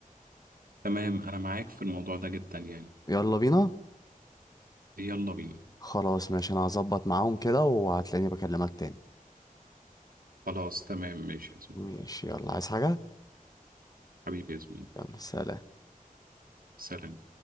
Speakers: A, on the right; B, on the left.
A: تمام انا معاك في الموضوع ده جدا يعني
B: يلا بينا
A: يلا بينا
B: خلاص ماشي انا هظبط معاهم كده وهتلاقيني بكلمك تاني
A: خلاص تمام ماشي يا زميلي
B: ماشي يلا عايز حاجة
A: حبيبي يا زميلي
B: يلا سلام
A: سلام